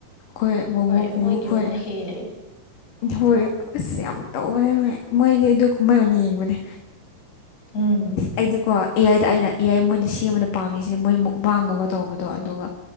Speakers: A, on the left; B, on the left.
A: ꯍꯣꯏ ꯕꯣꯕꯣꯛ
B: ꯃꯣꯏꯒꯤꯔꯣꯝꯅ
A: ꯄꯨꯄꯨꯈꯣꯏ
B: ꯍꯦꯜꯂꯦ
A: ꯍꯣꯏ ꯑꯁ ꯌꯥꯝ ꯇꯧꯕꯅꯦ ꯃꯣꯏꯗꯤ ꯑꯗꯨ ꯀꯨꯝꯍꯩ ꯑꯣꯏꯅ ꯌꯦꯡꯕꯅꯦ
B: ꯎꯝ
A: ꯑꯩꯗꯤꯀꯣ ꯏꯌꯥꯏꯗ ꯑꯩꯅ ꯏꯌꯥꯏ ꯃꯣꯏꯅ ꯁꯦꯝꯕꯗ ꯄꯥꯝꯃꯤꯁꯤꯦ ꯃꯣꯏ ꯃꯨꯛꯕꯥꯡꯒꯨꯝꯕ ꯇꯧꯕꯗꯣ ꯑꯗꯨꯒ